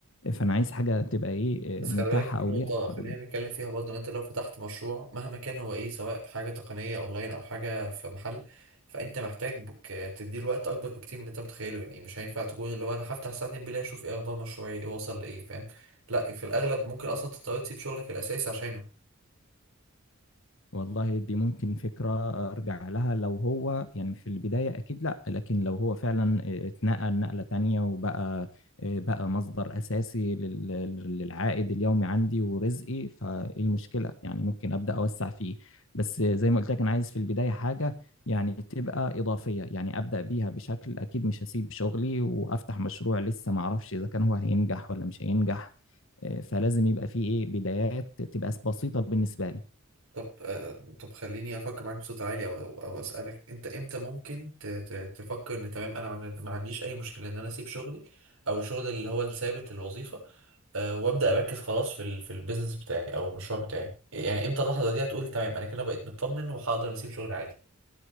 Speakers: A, on the left; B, on the right.
A: فأنا عايز حاجة تبقى إيه
B: بس
A: آه، متاحة
B: خلي بالك في
A: أو
B: نقطة
A: ليها قابلية
B: خلينا نتكلم فيها برضه إن أنت لو فتحت مشروع مهما كان هو إيه سواء حاجة تقنية أونلاين أو حاجة في محل فأنت محتاج ك- تديله وقت أكبر بكتير من اللي أنت متخيله يعني مش هينفع تكون اللي هو أنا هفتح ساعتين بالله أشوف إيه أخبار مشروعي إيه وصل لإيه فاهم لا في الأغلب ممكن أصلا تضطر تسيب شغلك الأساسي عشانه
A: والله دي ممكن فكرة أرجع لها لو هو يعني في البداية أكيد لأ لكن لو هو فعلا اتنقل نقلة تانية وبقى بقى مصدر أساسي لل- للعائد اليومي عندي ورزقي فإيه المشكلة يعني ممكن أبدأ أوسع فيه بس زي ما قلت لك أنا عايز في البداية حاجة يعني تبقى إضافية يعني أبدأ بيها بشكل أكيد مش هسيب شغلي وأفتح مشروع لسه معرفش إذا كان هو هينجح ولا مش هينجح آه، فلازم يبقى فيه إيه بدايات تبقى بسيطة بالنسبة لي
B: طب آه، طب خليني أفكر معاك بصوت عالي أو أو أسألك أنت إمتى ممكن ت- ت- تفكر إن تمام أنا عن- ما عنديش أي مشكلة إن أنا أسيب شغلي أو الشغل اللي هو الثابت الوظيفة أه وابدا اركز خلاص في ال في البيزنس بتاعي او المشروع بتاعي يعني امتى اللحظه دي هتقول تمام انا كده بقيت مطمن وهقدر اسيب شغلي عادي